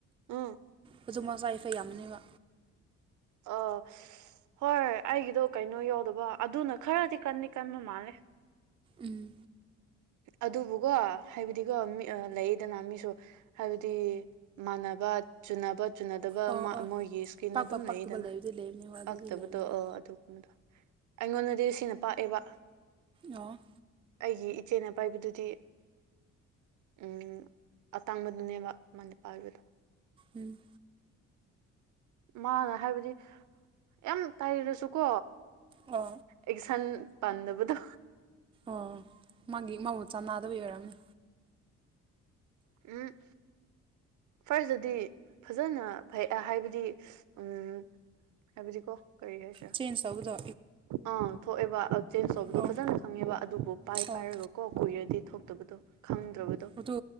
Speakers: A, on the right; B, on the right.
A: ꯎꯝ
B: ꯍꯧꯖꯤꯛꯃꯛꯆꯥ ꯏꯐꯦꯛ ꯌꯥꯝꯕꯅꯦꯕ
A: ꯑꯥ ꯍꯣꯏ ꯑꯩꯒꯤꯗꯣ ꯀꯩꯅꯣ ꯌꯧꯗꯕ ꯑꯗꯨꯅ ꯈꯔꯗꯤ ꯀꯟꯗꯤ ꯀꯟꯕ ꯃꯥꯜꯂꯦ
B: ꯎꯝ
A: ꯑꯗꯨꯕꯨꯀꯣ ꯍꯥꯏꯕꯗꯤꯀꯣ ꯂꯩꯗꯅ ꯃꯤꯁꯨ ꯍꯥꯏꯕꯗꯤ ꯃꯥꯟꯅꯕ ꯆꯨꯅꯕ ꯆꯨꯅꯗꯕ
B: ꯑꯣ ꯑꯣ
A: ꯃꯣꯏꯒꯤ ꯏꯁꯀꯤꯟ
B: ꯄꯥꯛꯄ
A: ꯑꯗꯨꯝ
B: ꯄꯥꯛꯇꯕ
A: ꯂꯩꯏꯗꯅ
B: ꯂꯩꯕꯗꯤ ꯂꯩꯕꯅꯦꯕ ꯑꯗꯨꯗꯤ
A: ꯄꯥꯛꯇꯕꯗꯣ
B: ꯂꯩꯕꯅꯦꯕ
A: ꯑꯣ ꯑꯗꯨꯒꯨꯝꯕꯗꯣ ꯑꯩꯉꯣꯟꯗꯗꯤ ꯁꯤꯅ ꯄꯥꯛꯑꯦꯕ
B: ꯑꯣ
A: ꯑꯩꯒꯤ ꯏꯆꯦꯅ ꯄꯥꯏꯕꯗꯨꯗꯤ ꯎꯝ ꯑꯇꯥꯡꯕꯗꯨꯅꯦꯕ ꯃꯥꯅ ꯄꯥꯏꯕꯗꯣ
B: ꯎꯝ
A: ꯃꯥꯅ ꯍꯥꯏꯕꯗꯤ ꯌꯥꯝ ꯇꯩꯔꯁꯨꯀꯣ
B: ꯑ
A: ꯑꯦꯛꯁꯟ ꯄꯥꯟꯗꯕꯗꯣ
B: ꯑꯣ ꯃꯥꯒꯤ ꯃꯣꯠ ꯆꯥꯟꯅꯗꯕ ꯑꯣꯏꯔꯝꯅꯤ
A: ꯎꯝ ꯐꯥꯔꯁꯇꯗꯤ ꯐꯖꯅ ꯐꯩ ꯍꯥꯏꯕꯗꯤ ꯎꯝ ꯍꯥꯏꯕꯗꯤꯀꯣ ꯀꯔꯤ ꯍꯥꯏꯁꯤꯔꯥ
B: ꯆꯦꯟꯖ ꯇꯧꯕꯗꯣ
A: ꯑꯥ ꯊꯣꯛꯑꯦꯕ ꯆꯦꯟꯖ ꯇꯧꯕꯗꯣ
B: ꯑꯣ
A: ꯐꯖꯅ ꯈꯪꯉꯦꯕ ꯑꯗꯨꯕꯨ ꯄꯥꯏ
B: ꯑꯣ
A: ꯄꯥꯏꯔꯒ ꯀꯣ ꯀꯨꯏꯔꯗꯤ ꯊꯣꯛꯇꯕꯗꯣ ꯈꯪꯗ꯭ꯔꯕ
B: ꯑꯗꯨ